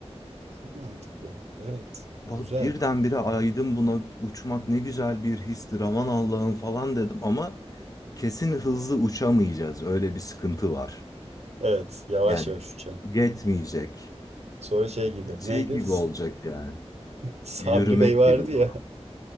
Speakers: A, on the right; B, on the left.
A: Çok mantıklı. Evet.
B: Bak
A: Güzel.
B: birdenbire aydım buna uçmak ne güzel bir histir aman Allah'ım falan dedim ama kesin hızlı uçamayacağız. Öyle bir sıkıntı var.
A: Evet. Yavaş
B: Yani
A: yavaş uçacaksın.
B: yetmeyecek.
A: Sonra şey gibi.
B: Şey
A: Neydi?
B: gibi
A: S-
B: olacak yani.
A: Sabri
B: Yürümek
A: Bey vardı
B: gibi falan.
A: ya. <laughs>